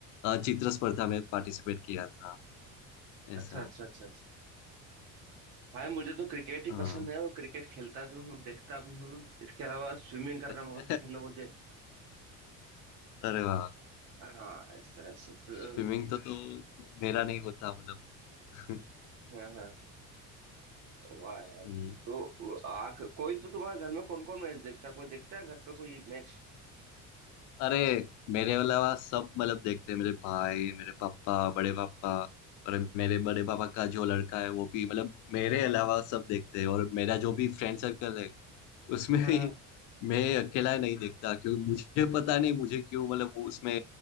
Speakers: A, on the left; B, on the right.
A: अ, चित्र स्पर्धा में पार्टिसिपेट किया था ऐसा
B: अच्छा अच्छा अच्छा अच्छा भाई मुझे तो क्रिकेट ही
A: हाँ
B: पसंद है और क्रिकेट खेलता भी हूँ देखता भी हूँ इसके अलावा स्विमिंग करना
A: <laughs>
B: बहुत पसंद है मुझे
A: अरे वाह
B: हाँ इस तरह से तो
A: स्विमिंग तो तो मेरा नहीं होता मतलब <laughs>
B: हाँ हाँ वाह यार
A: हम्म।
B: तो वो आख कोई तो तुम्हारे घर में कौन कौन मैच देखता है कोई देखता है घर पे कोई मैच
A: अरे मेरे अलावा सब मतलब देखते हैं मेरे भाई मेरे पापा बड़े पापा और मेरे बड़े पापा का जो लड़का है वो भी मतलब मेरे अलावा सब देखते हैं और मेरा जो भी फ्रेंड सर्कल है उसमें
B: हाँ
A: भी
B: हाँ
A: मैं अकेला नहीं देखता क्योंकि मुझे पता नहीं मुझे क्यों मतलब वो उसमें